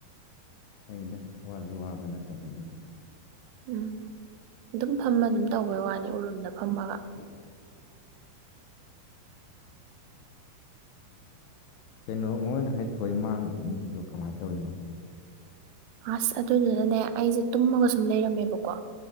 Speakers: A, on the left; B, on the right.
A: ꯐꯩꯗ ꯋꯥꯁꯨ ꯋꯥꯕ ꯅꯠꯇꯕꯁꯤꯕꯨ
B: ꯎꯝ ꯑꯗꯨꯝ ꯐꯝꯃ ꯑꯗꯨꯝ ꯇꯧꯕꯩ ꯋꯥꯅꯤ ꯎꯔꯨꯝꯗ ꯐꯝꯃꯒ
A: <unintelligible> ꯀꯩꯅꯣ ꯃꯣꯏ ꯉꯁꯥꯏ ꯊꯣꯏ ꯃꯥꯡꯈꯤꯕꯗꯣ ꯀꯃꯥꯏꯅ ꯇꯧꯔꯤꯅꯣ
B: ꯑꯁ ꯑꯗꯨꯗꯨꯅꯅꯦ ꯑꯩꯁꯦ ꯇꯨꯝꯃꯒ ꯁꯨꯝ ꯂꯩꯔꯝꯃꯦꯕꯀꯣ